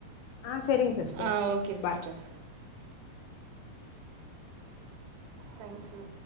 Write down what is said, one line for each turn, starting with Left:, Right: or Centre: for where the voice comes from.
Left: ஆ செரிங்க sister
Right: ஆ okay
Left: bye
Right: sister thank you